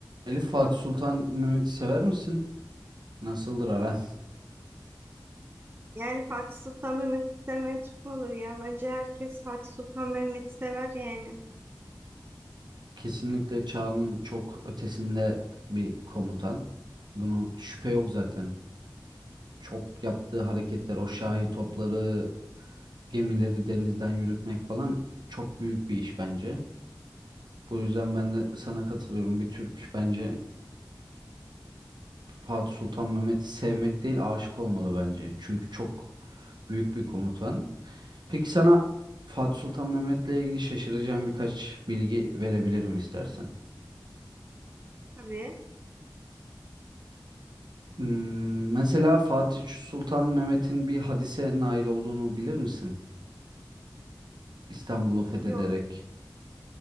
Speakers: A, on the right; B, on the right.
A: Elif Fatih Sultan Mehmet'i sever misin? Nasıldır aran?
B: Yani Fatih Sultan Mehmet'i sevmeyen çok mu olur ya. Bence herkes Fatih Sultan Mehmet'i sever yani.
A: <laughs> Kesinlikle çağının çok ötesinde bir komutan. Bunu şüphe yok zaten. Çok yaptığı hareketler, o şahi topları, gemileri denizden yürütmek falan çok büyük bir iş bence. Bu yüzden ben de sana katılıyorum. Bir Türk bence Fatih Sultan Mehmet'i sevmek değil, aşık olmalı bence. Çünkü çok büyük bir komutan. Peki sana Fatih Sultan Mehmet'le ilgili şaşıracağım birkaç bilgi verebilirim istersen.
B: Tabii.
A: Hmm, mesela Fatih Sultan Mehmet'in bir hadise nail olduğunu bilir misin? İstanbul'u fethederek.
B: Yok,